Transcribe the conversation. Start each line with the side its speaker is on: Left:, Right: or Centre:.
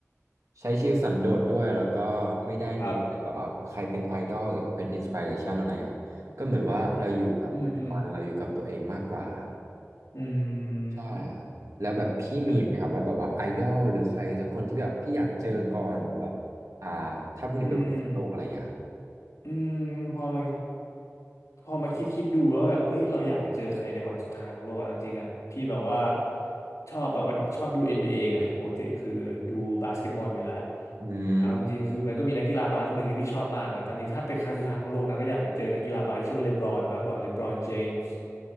Right: ใช้ชีวิตสันโดษด้วยแล้วก็ไม่ได้มีอะไรแบบว่าใครเป็นไอดอลหรือเป็นอินส
Left: ครับ
Right: i r เรชันอะไรครับก็เหมือนว่าเราอยู่กับปัจจุบันเราอยู่กับตัวเองมากกว่าครับ
Left: อืมอืมอื
Right: ใช่ครับแล้วแบบพี่มีไหมครับว่าแบบว่าไอดอลหรือใครสักคนที่แบบพี่อยากเจอก่อนแบบอ่าถ้าพรุ่งนี้เป็นวันโลกอะไรอย่างเงี้ยครับ
Left: มแต่อืมอืมพอมา พอมาคิดคิดดูแล้วแบบเอ้ยเราอยากจะเจอใครในวันสุดท้ายของโลกอะจริงๆอ่ะพี่แบบว่าชอบแบบว่าชอบดู NBA ไงปกติคือดูบาสเกตบอลอยู่แล้ว
Right: อืม
Left: เอาจริงๆคือมันก็มีนักกีฬาบาสคนหนึ่งที่พี่ชอบมากอะตามจริงถ้าเป็นครั้งสุดท้ายของโลกนะก็อยากจะเจอนักกีฬาบาสที่ชื่อว่าเลบรอนมากกว่าเลบรอนเจมส์